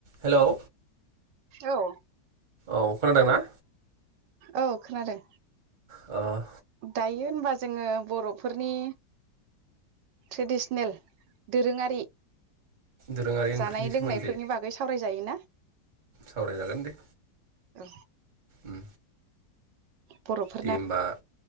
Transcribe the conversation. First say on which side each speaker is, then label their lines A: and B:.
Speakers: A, on the right; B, on the right.
A: Hello
B: औ।
A: औ खोनादों ना?
B: औ खोनादों।
A: अह
B: दायो होनबा जोङो बर'फोरनि ट्रेडिसनेल दोरोङारि
A: दोरोङारि
B: जानाय
A: ओंख्रिनि सोमोन्दै
B: लोंनायफोरनि बागै सावरायजायोना?
A: सावराय जागोन दे।
B: औ
A: उम
B: बर'फोरना
A: दे होमबा